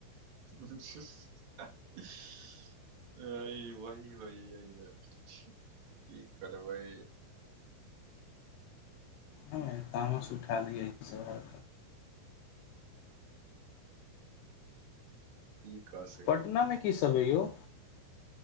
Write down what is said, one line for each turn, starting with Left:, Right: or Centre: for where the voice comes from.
Right: <unintelligible> वही होइ <inaudible> की करबै।
Left: हमे तामस उठा लिय इ सब हर
Right: की कह सकै।
Left: पटना मे की समय यौ